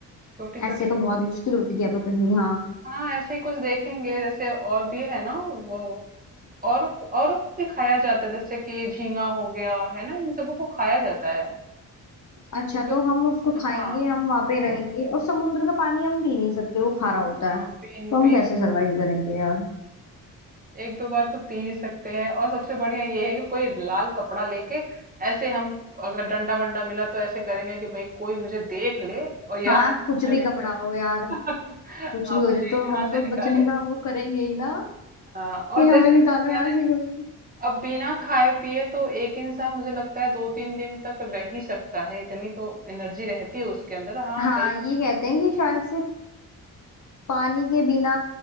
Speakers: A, on the right (about 20°); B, on the left (about 45°).
A: छोटी-छोटी
B: ऐसे तो
A: मछलियाँ।
B: बहुत मुश्किल होती है पकड़नी हाँ
A: हाँ ऐसे ही कुछ देखेंगे जैसे और भी है ना वो और औरों को भी खाया जाता है जैसे कि झींगा हो गया है ना इन सबों को खाया जाता है
B: अच्छा
A: तो जो
B: तो हम उसको खाएंगे
A: हाँ
B: हम वहां पे रहेंगे और समुद्र का पानी हम पी नहीं सकते वो खारा होता
A: हाँ
B: है तो
A: पीने
B: हम
A: पीने
B: कैसे सरवाइव करेंगे यार
A: एक दो बार तो पी ही सकते हैं और सबसे बढ़िया ये है कि कोई लाल कपड़ा लेके ऐसे हम अगर डंडा वंडा मिला तो ऐसे करेंगे कि भाई कोई मुझे देख ले और यहाँ
B: हाँ
A: से
B: कुछ भी
A: निकाले
B: कपड़ा
A: पहले
B: हो यार
A: <laughs> हाँ
B: कुछ भी
A: पहले
B: हो जाए तो
A: यहाँ
B: हम
A: से
B: तो
A: निकाले
B: बचने का वो करेंगे ही ना
A: हाँ
B: कि
A: और
B: हमें
A: जैसे
B: निकालो
A: हो गया
B: यहाँ
A: ना
B: से कोई
A: अब बिना खाए पिए तो एक इंसान मुझे लगता है दो तीन दिन तक रह ही सकता है इतनी तो एनर्जी रहती है उसके अंदर हाँ
B: हाँ
A: कई
B: ये कहते हैं कि शायद से पानी के बिना